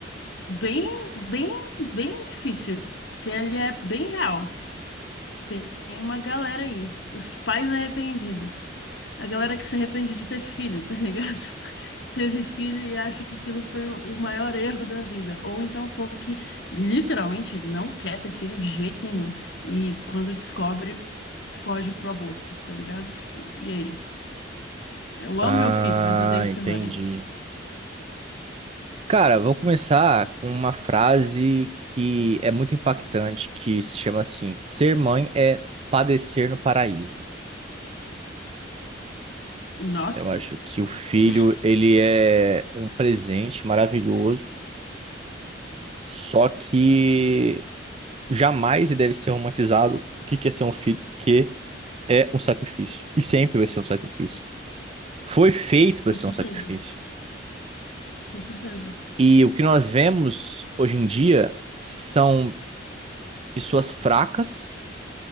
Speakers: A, on the left; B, on the right.
A: bem, bem, bem difícil, que ele é bem real. Tem uma galera aí, os pais arrependidos. A galera que se arrepende de ter filho, tá ligado? <laughs> Que teve filho e acha que aquilo foi o maior erro da vida. Ou então o povo que literalmente não quer ter filho de jeito nenhum. E quando descobre, foge pro aborto, tá ligado? Tipo, e aí? Eu
B: Ah,
A: amo meu filho, mas odeio ser
B: entendi.
A: mãe.
B: Cara, vou começar com uma frase que é muito impactante, que se chama assim: Ser mãe é padecer no paraíso.
A: Nossa,
B: Eu acho que o filho,
A: <laughs>
B: ele é um presente maravilhoso, só que jamais ele deve ser romantizado. O que que é ser um filho? Que é um sacrifício. E sempre vai ser um sacrifício. Foi feito para
A: com
B: ser
A: certeza,
B: um sacrifício.
A: com certeza.
B: E o que nós vemos hoje em dia são pessoas fracas,